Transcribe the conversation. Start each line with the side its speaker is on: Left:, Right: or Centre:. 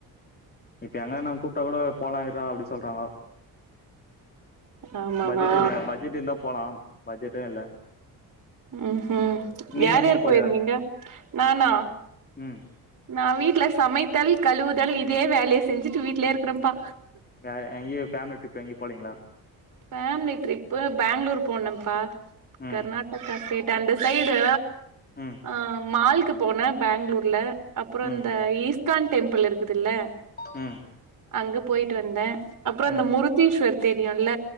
Left: இப்ப எங்க ந கூப்டா கூட போலா ரா அப்டி சொல்றாங்கோ
Right: ஆமாவா
Left: பட்ஜெட் இல்ல பட் ஜெட்டு இருந்தா போலா பட்ஜெட்டு இல்ல
Right: ம்ஹ்
Left: நீங்க
Right: யார்
Left: எங்கயு
Right: யார்
Left: போலயா
Right: போயிருந்தீங்க நானா
Left: ம்
Right: நா வீட்ல சமைத்தல் கழுவுதல் இதே வேலைய செஞ்சுட்டு வீட்லயே இருக்குறேபா
Left: வேர எங்கயு ஃபேமிலி ட்ரிப் எங்கயு போலீங்களா
Right: ஃபேமிலி ட்ரிப்பு பேங்ளூர் போனப்பா
Left: ம்
Right: கர்நாடக்கா சை அந்த சைடு
Left: ம்
Right: ஆ மால்கு போனே பேங்ளூர்ல அப்புற
Left: ம்
Right: இந்த ஈஸ்கான் டெம்பிள் இருக்குதுல்ல
Left: ம்
Right: அங்க போயிட்டு வந்தே அப்புற அந்த
Left: ம்
Right: முருத்தீஸ்வர் தெரியும்ல